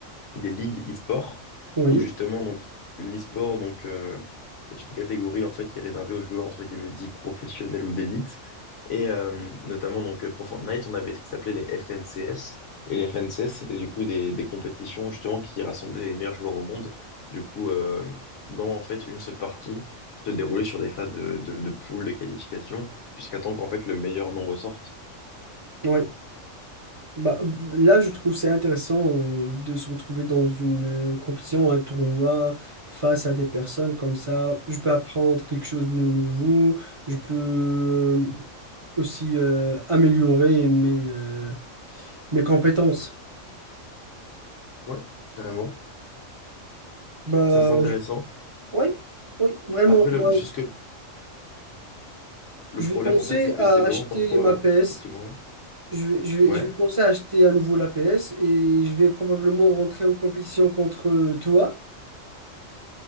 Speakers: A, on the left; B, on the right.
A: des ligues e-sport
B: Oui,
A: où justement donc l'e-sport donc euh, est une catégorie en fait qui est réservée aux joueurs entre guillemets dits professionnels ou d'élite et euh, notamment donc euh, pour Fortnite on avait ce qui s'appelait les FNCS et les FNCS c'était du coup des, des compétitions justement qui rassemblaient les meilleurs joueurs au monde du coup euh, dans en fait une seule partie qui se déroulait sur des phases de de, de poules de qualification jusqu'à temps qu'en fait le meilleur nombre sorte
B: oui. Bah, là, je trouve c'est intéressant euh, de se retrouver dans une euh, compétition, un tournoi, face à des personnes comme ça. Je peux apprendre quelque chose de nouveau. Je peux euh, aussi euh, améliorer mes, euh, mes compétences.
A: ouais carrément
B: Bah,
A: ça c'est intéressant
B: je- oui, oui, vraiment.
A: après le
B: moi,
A: jusque Le
B: je
A: problème,
B: vais penser
A: en fait, c'est
B: à
A: que c'est vraiment
B: acheter
A: parfois.
B: ma PS.
A: Dis-moi, ouais.
B: Je vais, je vais,
A: Ouais,
B: je vais penser à acheter à nouveau la PS et je vais probablement rentrer en compétition contre euh, toi.